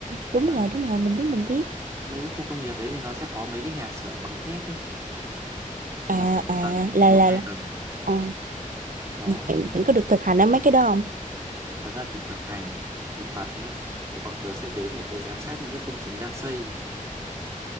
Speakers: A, on the right (about 75°); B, on the right (about 25°).
A: đúng
B: đấy
A: rồi, đúng rồi, mình biết, mình biết.
B: mấy cái khu công nghiệp đấy thì nó sẽ có mấy cái nhà xưởng bằng thép ấy nhà
A: À,
B: xưởng
A: à,
B: một tầng
A: là,
B: một
A: là,
B: hai
A: là
B: tầng
A: ờ,
B: đó
A: bạn,
B: thế mà
A: bạn có được thực hành ở mấy cái đó không?
B: thật ra thì thực hành thực tập nhá thì bọn tớ sẽ đến bọn tớ giám sát những cái công trình đang xây